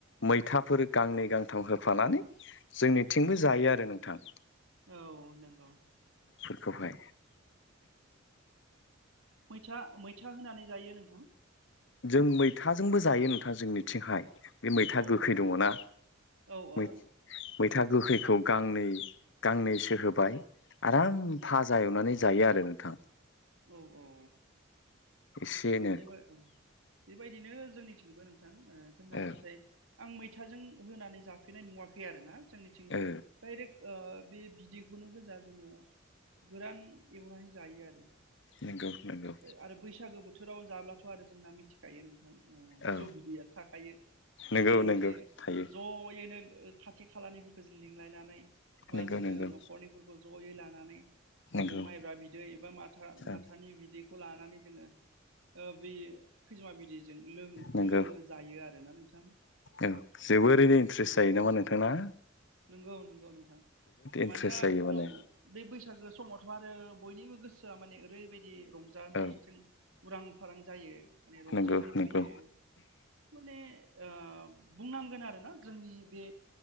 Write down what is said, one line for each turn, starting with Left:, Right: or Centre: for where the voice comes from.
Left: मैथाफोर गांनै गांथाम होफानानै जोंनिथिंबो जायो आरो नोंथां।
Right: औ नोंगौ
Left: खौहाय
Right: मैथा मैथा होनानै जायो नोंथां
Left: जों मैथाजोंबो जायो नोंथां जोंनिथिंहाय बे मैथा
Right: औ
Left: गोखै दङ ना
Right: औ औ
Left: मै मैथा गोखैखौ
Right: मा
Left: गांनै गांनैसो होबाय आराम भाजा एवनानै जायो आरो नोंथां
Right: औ औ
Left: एसेनो
Right: बेबो औ बेबायदिनो जोंनिथिंबो नोंथां जोंना
Left: औ
Right: नाथाय आं मै- थाजों होननानै जाफेरनाय नुवाखै आरोना जोंनिथिं
Left: औ
Right: दाइरेक ओ बे बिदैखौनो गोजा जोङो गोरान एवनानै जायो आरो
Left: नंगौ नंगौ
Right: आरो बैसागो बोथोराव जाब्लाथ' आरो जोंना मिथिखायो नोंथां
Left: औ
Right: जौ बिदैया थाखायो
Left: नंगौ
Right: जोङो
Left: नंगौ
Right: माने
Left: थायो
Right: ज'यैनो ओ खाथि खालानिफोरखो जों लिंलायनानै बा
Left: नंगौ
Right: जोङो
Left: नंगौ
Right: न'खरनिफोरखौ जयै ला- नानै
Left: नंगौ
Right: जोङो माइब्रा बिदै एबा माथा
Left: औ
Right: माथानि बिदै- खौ लानानै जोङो ओ बि खैजोमा बिदैजों लों
Left: नंगौ
Right: लोङो जायो आरोना नोंथां
Left: औ जोबोरैनो इन्ट्रेस्ट जायो नामा नोंथां ना
Right: नंगौ नंगौ नोंथां
Left: इन्ट्रेस्ट
Right: मानोना
Left: जायो माने
Right: औ बै बै सागो समावथ' आरो बयनिबो गोसोआ माने ओरैबायदि रंजानायजों
Left: औ
Right: उरां फारां जायो माने रंजानाय
Left: नंगौ नंगौ
Right: फैयो माने ओ बुंनांगोन आरोना जोंनि बे